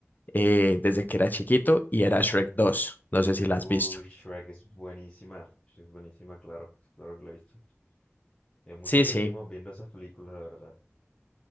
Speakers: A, on the left; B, on the left.
A: eh, desde que era chiquito y era Shrek dos No sé si la has
B: Uh,
A: visto.
B: Shrek es buenísima, es buenísima, claro, claro que la he visto. Eh, muchos
A: Sí,
B: crecimos
A: sí.
B: viendo esas películas, la verdad.